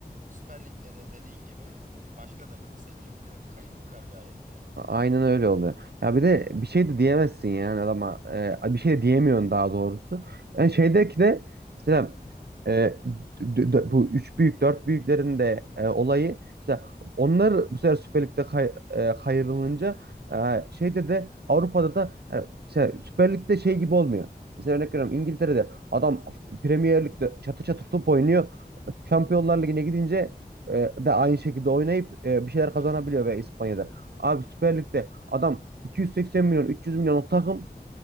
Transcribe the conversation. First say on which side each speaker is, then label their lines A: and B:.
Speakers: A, on the right (about 50°); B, on the right (about 75°).
A: Süper Lig'de de dediğin gibi başka takımı senin önüne kayırırlar gayet de.
B: Aynen öyle oluyor. Ya bir de bir şey de diyemezsin yani adama. Ee, bir şey de diyemiyorsun daha doğrusu. Yani şeydeki de mesela e, d- d- bu üç büyük dört büyüklerin de e, olayı mesela onlar bu sefer Süper Lig'de kay, e, kayrılınca e, şeyde de Avrupa'da da yani mesela Süper Lig'de şey gibi olmuyor. Mesela örnek veriyorum İngiltere'de adam Premier Lig'de çatır çatır top oynuyor. Şampiyonlar Ligi'ne gidince e, de aynı şekilde oynayıp e, bir şeyler kazanabiliyor
A: Evet.
B: ve İspanya'da. Abi Süper Lig'de adam 280 milyon 300 milyon o takım